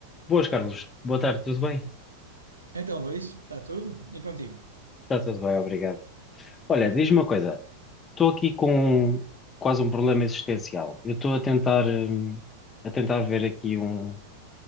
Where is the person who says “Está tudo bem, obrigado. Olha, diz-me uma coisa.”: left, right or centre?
Left